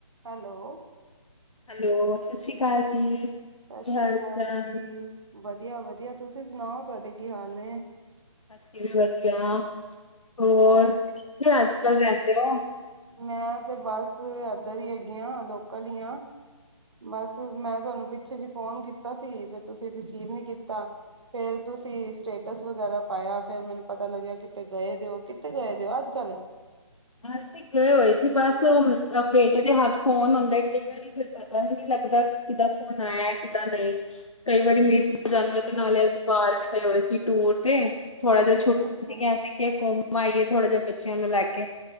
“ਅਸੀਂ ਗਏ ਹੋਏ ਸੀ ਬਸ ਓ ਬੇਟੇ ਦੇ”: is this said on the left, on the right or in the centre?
Left